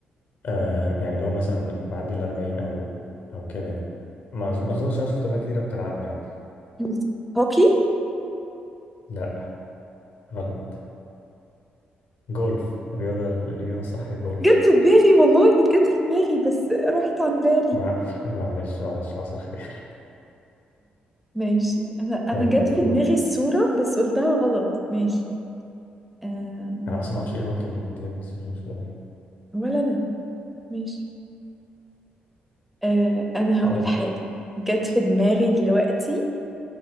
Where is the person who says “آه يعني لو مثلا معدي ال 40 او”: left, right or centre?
Left